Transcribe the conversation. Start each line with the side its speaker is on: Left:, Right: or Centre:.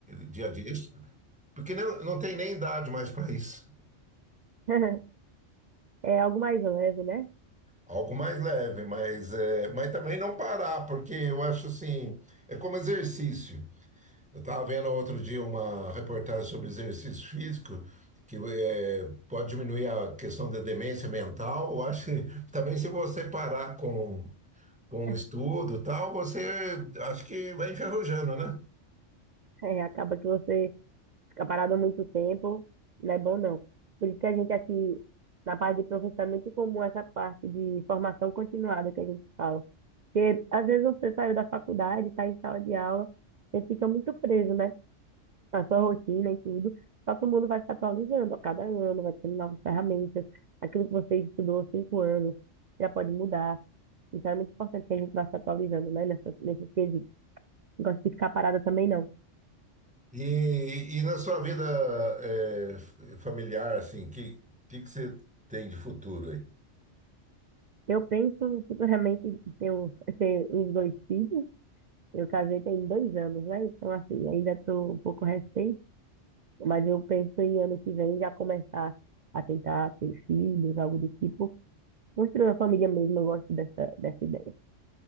Centre: dia a dia, isso- porque não, não tem nem idade mais para isso.
Right: <laughs> É algo mais leve, né?
Centre: Algo mais leve, mas, é, mas também não parar, porque eu acho assim, é como exercício. Eu estava vendo outro dia uma reportagem sobre exercício físico, que é, pode diminuir a questão da demência mental. Eu acho que também se você parar com com
Right: <laughs>
Centre: o estudo e tal, você acho que vai enferrujando, né?
Right: É, acaba que você Ficar parado há muito tempo não é bom, não. Por isso que a gente aqui, na parte de professor, é muito comum essa parte de formação continuada que a gente fala. Porque às vezes você saiu da faculdade, está em sala de aula, você fica muito preso, né? Na sua rotina e tudo. Só que o mundo vai se atualizando a cada ano, vai tendo novas ferramentas. Aquilo que você estudou há cinco anos já pode mudar. Então é muito importante que a gente vá se atualizando, né? Nessa, nesse quesito. Não gosto de ficar parada também, não.
Centre: E, e na sua vida é, f- familiar, assim, que, que que você tem de futuro aí?
Right: Eu penso futuramente em ter, um, ter uns dois filhos, Eu casei tem dois anos, né? Então, assim, ainda estou um pouco recente, mas eu penso em ano que vem já começar a tentar ter filhos, algo do tipo. Construir uma família mesmo, eu gosto dessa, dessa ideia.